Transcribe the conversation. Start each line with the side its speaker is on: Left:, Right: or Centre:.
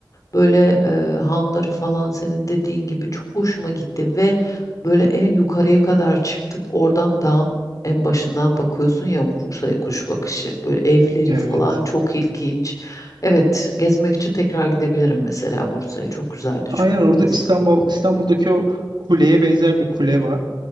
Left: Böyle e, hanları falan senin dediğin gibi çok hoşuma gitti ve böyle en yukarıya kadar çıktık. Oradan dağın en başından bakıyorsun ya Bursa'ya kuş bakışı. Böyle evleri
Right: Evet.
Left: falan çok ilginç. Evet, gezmek için tekrar gidebilirim mesela Bursa'ya. Çok güzeldi
Right: Aynen
Left: çünkü
Right: orada
Left: orası.
Right: İstanbul İstanbul'daki o kuleye benzer bir kule var.